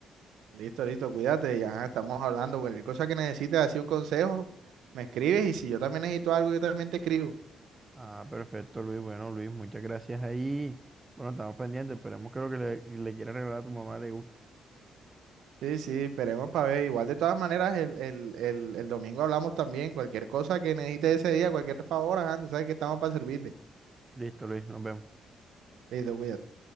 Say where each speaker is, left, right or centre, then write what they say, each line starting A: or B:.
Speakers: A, on the right; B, on the right.
A: Listo, listo, cuídate, ya estamos hablando, cualquier cosa que necesites, así un consejo, me escribes y si yo también necesito algo, yo también te escribo.
B: Ah, perfecto, Luis. Bueno, Luis, muchas gracias ahí. Bueno, estamos pendientes, esperemos que lo que le, le quiera regalar a tu mamá le guste.
A: Sí, sí, esperemos para ver. Igual de todas maneras, el, el, el, el domingo hablamos también. Cualquier cosa que necesites ese día, cualquier favor, ajá, tú sabes que estamos para servirte.
B: Listo, Luis, nos vemos.
A: Listo, cuídate.